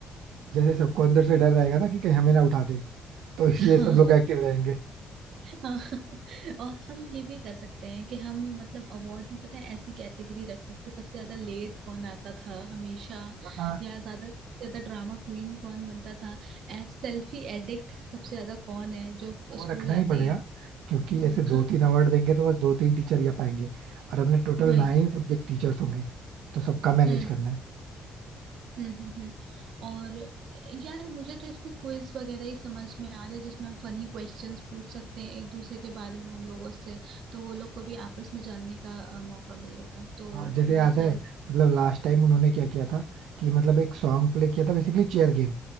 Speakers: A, on the right (about 85°); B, on the right (about 70°).
A: जैसे सबको अंदर से डर रहेगा ना कि कहीं हमें ना उठा दे तो इसलिए
B: हाँ
A: सब लोग एक्टिव रहेंगे
B: हाँ। और हम ये भी कर सकते हैं कि हम मतलब अवार्ड में पता है ऐसी कैटेगरी रख सकते हैं सबसे ज्यादा लेट कौन आता था हमेशा
A: हाँ
B: या ज्यादा से ज्यादा ड्रामा क्वीन कौन बनता था सेल्फी एडिक्ट सबसे ज्यादा कौन है जो
A: वो
B: स्कूल
A: रखना
B: आते
A: ही पड़ेगा
B: ही
A: क्योंकि
B: हम्म,
A: ऐसे दो तीन अवार्ड देंगे तो बस दो तीन टीचर ही आ पाएंगे और अपने टोटल
B: <laughs> भाई
A: नाइन सब्जेक्ट टीचर्स होंगे तो सबका मैनेज
B: हम्म,
A: करना है
B: हम्म हम्म हम्म। और यार मुझे तो इसमें क्विज वगैरह ही समझ में आ रहे हैं, जिसमें हम फनी क्वेश्चंस पूछ सकते हैं एक दूसरे के बारे में उन लोगों से तो वो लोग को भी आपस में जानने का अ, मौका मिलेगा तो
A: हाँ जैसे
B: ये
A: याद
B: सारी
A: है मतलब लास्ट टाइम उन्होंने क्या किया था कि मतलब एक सॉन्ग प्ले किया था basically chair game